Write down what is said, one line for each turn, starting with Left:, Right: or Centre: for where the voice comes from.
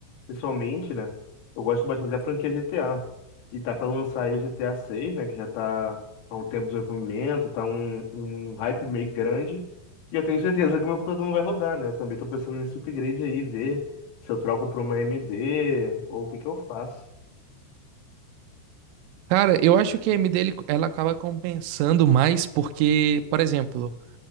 Left: Pessoalmente, né? Eu gosto bastante da franquia GTA. E tá pra lançar aí o GTA seis né? Que já tá há um tempo de desenvolvimento, tá um, um hype meio grande. E eu tenho certeza que meu computador não vai rodar, né? Eu também tô pensando nesse upgrade aí, ver se eu troco pra uma AMD ou o que que eu faço.
Right: Cara, eu acho que a AMD ele- ela acaba compensando mais porque, por exemplo,